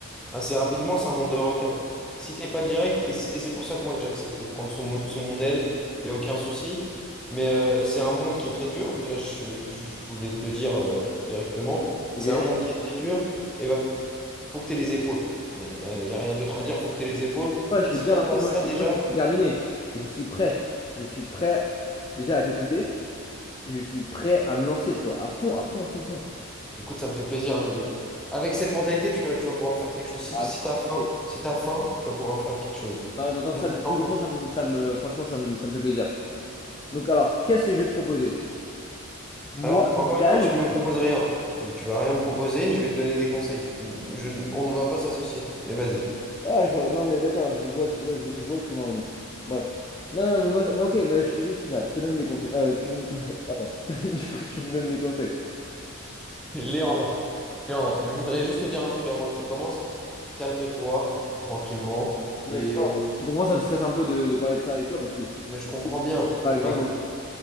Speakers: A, in the centre; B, on the left (about 20°).
A: assez rapidement. C'est un monde de requins. Si t'es pas direct, et c'est et c'est pour ça que moi j'accepte de te prendre sous mon, sous mon aile, il n'y a aucun souci. Mais euh, c'est un monde qui est très dur. Déjà, je, je voulais te le dire euh, directement.
B: Ok?
A: C'est un monde qui est très dur et va, faut que tu aies les épaules. Il n'y a, y a- y a rien d'autre à dire, faut que tu aies les épaules.
B: Moi, je
A: Si
B: veux te dire
A: t'as
B: un
A: pas
B: truc,
A: ça
B: moi, c'est
A: déjà.
B: que moi, je suis déterminé. Je suis prêt. Je suis prêt déjà à t'écouter et je suis prêt à me lancer, tu vois, à fond, à fond, à fond, à fond.
A: Écoute, ça me fait plaisir. je- Avec cette mentalité, tu, vas- tu vas pouvoir faire quelque chose. Si,
B: Ah,
A: si t'as faim,
B: c'est-
A: si t'as faim, tu vas pouvoir faire quelque chose.
B: Ah, D'entendre
A: Maintenant.
B: ça du plus grand, ça me, ça me- franchement, ça me, ça me fait plaisir. Donc, alors, qu'est-ce que je vais te proposer? Moi,
A: Alors,
B: l'idéal,
A: encore une fois, tu ne me proposes rien. Tu, tu vas rien me proposer, je vais te donner des conseils. Je n- on ne va pas s'associer, mais vas-y.
B: Ah, je vois- non, mais d'accord, je, je vois, je vois, je, vois je vois où tu veux en venir. Bref. Non, non, mais moi, moi, ok, mais je- oui, c'est ça, je te donne des conseils. Euh, tu me... <laughs> Pardon. <laughs> Du coup, tu me donnes des conseils.
A: <laughs> Léandre, Léandre, je voudrais juste te dire un truc avant que tu commences. Calme-toi, tranquillement.
B: Non,
A: Et...
B: mais tu vois,
A: on-
B: tu comprends, ça me stresse un peu de, de parler de ça avec toi parce que
A: Mais je comprends bien.
B: pas grand,
A: Mais Écoute.
B: on est...